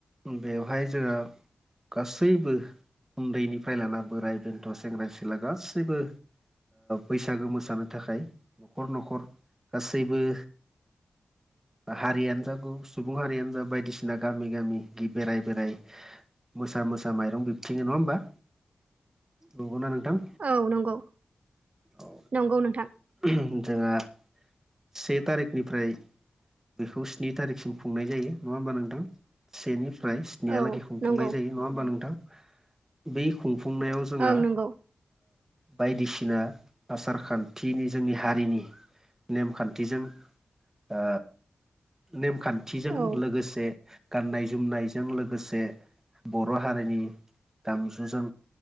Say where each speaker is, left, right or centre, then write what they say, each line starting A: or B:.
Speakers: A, on the right; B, on the right.
A: बेवहाय जोङो गासैबो उन्दैनिफ्राय लाना बोराइ बेन्थ' सेंग्रा सिख्ला गासैबो बैसागो मोसानो थाखाय न'खर न'खर गासैबो हारियानो जा सुबुं हारियानो जा बायदिसिना गामि गामि बेराय बेराय मोसा मोसा माइरं बिबथिङो नङा होमबा नंगौना नोंथां
B: औ नंगौ
A: औ
B: नंगौ नोंथां
A: जोंहा से थारिखनिफ्राय बेखौ स्नि तारिखसिम खुंनाय जायो नङा होमबा नोंदां सेनिफ्राय नेनिहालागै
B: औ
A: खुंफुंनाय
B: नंगौ
A: जायो नङा होमबा नोंथां बै खुंफुंनायाव जोंहा
B: ओं नंगौ
A: बायदिसिना आसार खान्थिनि जोंनि हारिनि नेमखान्थिजों ओ नेमखान्थिजों
B: औ
A: लोगोसे गाननाय जोमनायजों लोगोसे बर' हारिनि दामजुजों